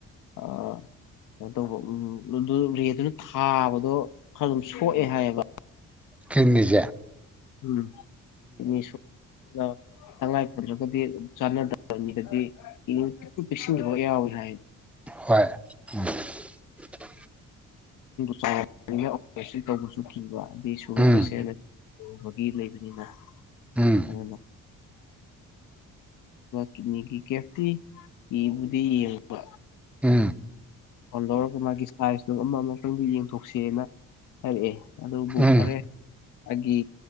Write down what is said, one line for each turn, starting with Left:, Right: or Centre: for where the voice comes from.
Left: ꯑ ꯀꯩꯅ ꯇꯧꯕ ꯎꯝ ꯑꯗꯨ ꯔꯦꯠꯇꯨꯅ ꯊꯥꯕꯗꯣ ꯈꯔ ꯑꯗꯨꯝ ꯁꯣꯛꯑꯦ ꯍꯥꯏꯌꯦꯕ
Centre: ꯀꯡꯅꯤꯖꯦ
Left: ꯎꯝ ꯁ <unintelligible> ꯇꯉꯥꯏ ꯐꯗ꯭ꯔꯒꯗꯤ ꯑꯗꯨ ꯆꯥꯟꯅꯗꯕꯅꯤꯗꯗꯤ ꯄꯤꯛꯁꯤꯟꯕ ꯌꯥꯎꯋꯤ ꯍꯥꯏ
Centre: ꯍꯣꯏ ꯎ <inaudible>
Left: ꯆ ꯑꯣꯄꯔꯦꯁꯟ ꯇꯧꯕꯁꯨ ꯀꯤꯕ ꯍꯥꯏꯗꯤ ꯁꯨꯒꯔ
Centre: ꯎꯝ
Left: ꯄꯦꯁꯦꯟ ꯂꯕꯒꯤ ꯂꯩꯕꯅꯤꯅ
Centre: ꯎꯝ
Left: ꯑꯗꯨꯅ ꯆꯂꯔꯣꯣꯒꯤ ꯀꯦꯇꯤꯕꯨ
Centre: ꯎꯝ
Left: ꯐꯗꯔ ꯀꯥ ꯍꯥꯏꯔꯤꯁꯤ ꯑꯗꯨꯝ ꯑꯃ ꯑꯃꯈꯪꯗꯤ ꯌꯦꯡꯊꯣꯛꯁꯦꯅ ꯍꯥꯏꯔꯛꯑꯦ ꯑꯗꯨꯕꯨ
Centre: ꯎꯝ
Left: ꯐꯔꯦ ꯑꯩꯒꯤ